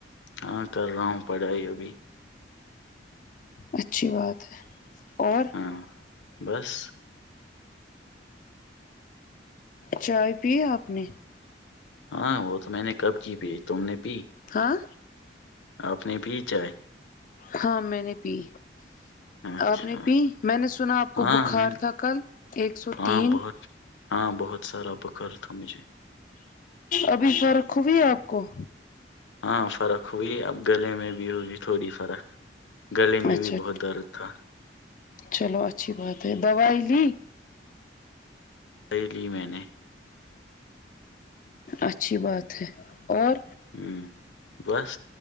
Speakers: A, on the left (about 80°); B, on the left (about 45°).
A: ہاں کر رہا ہوں پڑھائی ابھی
B: اچھی بات ہے اور
A: ہاں بس
B: چائے آپ نے
A: ہاں وہ تو میں نے کب کی پی تم نے پی
B: ہاں
A: اپنے بھی چائے
B: ہاں میں نے پی
A: اچھا
B: آپ نے پی میں نے سنا آپ کو
A: ہاں
B: بخار
A: میں نے-
B: تھا کل ایک سو
A: ہاں
B: تین
A: بہت ہاں بہت سارا بخر تھا مجھے
B: ابھی فرق ہوی آپ کو
A: ہاں فرق ہوئی اب گلے میں بھی ہوئی تھوڑی فرق گلے میں
B: اچھا
A: بھی بہت درد تھا
B: چلو اچھی بات ہے دوائی لی
A: صی لی میں نے
B: اچھی بات ہے اور
A: ہوں بس